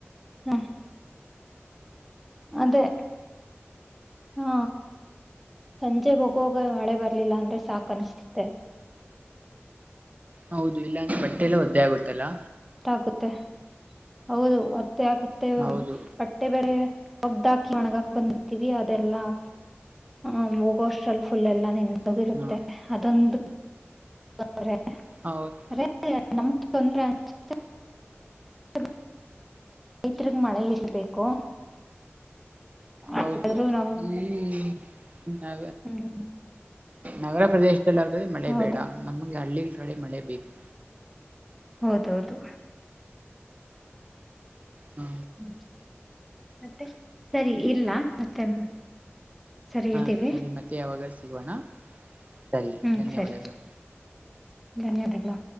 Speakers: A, in the centre; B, on the right (about 35°).
A: ಹ್ಮ ಅದೇ ಹಾ ಸಂಜೆ ಹೋಗುವಾಗ ಮಳೆ ಬರ್ಲಿಲ್ಲ ಅಂದ್ರೆ ಸಾಕ ಅನಸ್ತತ್ತೆ.
B: ಹೌದು ಇಲ್ಲಾ ಅಂದ್ರೆ ಬಟ್ಟೆ ಎಲ್ಲ ಒದ್ದೆ ಆಗುತ್ತಲ್ಲಾ.
A: ಆಗುತ್ತೆ ಹೌದು ಒದ್ದೆ ಆಗುತ್ತೆ
B: ಹೌದು
A: ಬಟ್ಟೆ ಬೆರೆ ಓಗದಾಕಿ ಒಣಗಾಕ ಬಂದಿರ್ತೀವಿ ಅದೆಲ್ಲಾ ಆ ಹೋಗೋಷ್ಟರಲ್ ಫುಲ್ ಎಲ್ಲ ನಿಂತೋಗಿರುತ್ತೆ
B: ಹಾ
A: ಅದೊಂದು ತೊಂದ್ರೆ
B: ಹೌದು
A: ಆದ್ರೆ ನಮ್ಗ್ ತೊಂದ್ರೆ <unintelligible> <unintelligible> ರೈತರಗೆ ಮಳೆ ಇರ್ಬೇಕು ಆದ್ರೂ
B: ಹೌದು
A: ನಾವು
B: ಹ್ಮ ನ
A: ಹ್ಮ್
B: ನಗರ ಪ್ರದೇಶ ಮಳೆ
A: ಹೌದು
B: ಬೇಡ ನಮ್ಗೆ ಹಳ್ಳಿ ಕಡೆ ಮಳೆ ಬೇಕು.
A: ಹೌದೌಹೌದು
B: ಹಾ
A: ಹ್ಮ ಮತ್ತೆ ಸರಿ ಇಲ್ಲ ಮತ್ತೆ ಸರಿ
B: ಹಾ
A: ಇಡ್ತೀವಿ
B: ಸರಿ ಮತ್ತೆ ಯಾವಾಗರ ಸಿಗೋಣ ಸರಿ
A: ಹ್ಮ್
B: ಧನ್ಯವಾದಗಳು
A: ಸರಿ ಧನ್ಯವಾದಗಳು